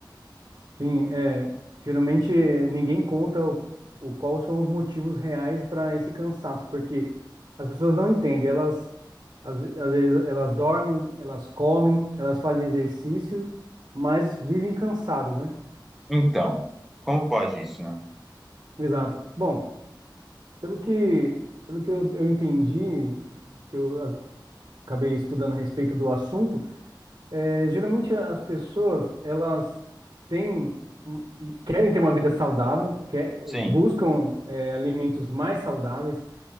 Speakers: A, on the right; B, in the centre.
A: Sim, é. Geralmente ninguém conta o, o quais são os motivos reais para esse cansaço, porque as pessoas não entendem. Elas às, ve- às vezes elas dormem, elas comem, elas fazem exercício, mas vivem cansadas, né?
B: Então, como pode isso, né?
A: Exato. Bom, pelo que pelo que eu, eu entendi, que eu acabei estudando a respeito do assunto É, geralmente as pessoas elas têm um- querem ter uma vida saudável, quer,
B: Sim,
A: buscam é, alimentos mais saudáveis,